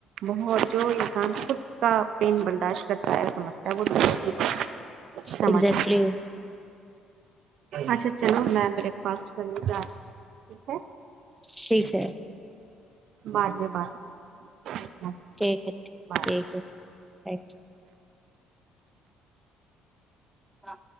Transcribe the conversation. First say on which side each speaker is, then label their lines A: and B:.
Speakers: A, on the right; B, in the centre.
A: بت جو انسان خود کا پین برداشت کرتا ہے سمجھتا ہے وہ دوسروں کو بش سمجھتا
B: ایگزیکٹلی
A: اچھا چلو میں بریک فاسٹ کرنے جا رہی ہوں ٹھیک ہے
B: ٹھیک ہے
A: بعد میں بات کرتی ہیں
B: ٹھیک ہے
A: بائے
B: ٹھیک ہے تھیک ہاں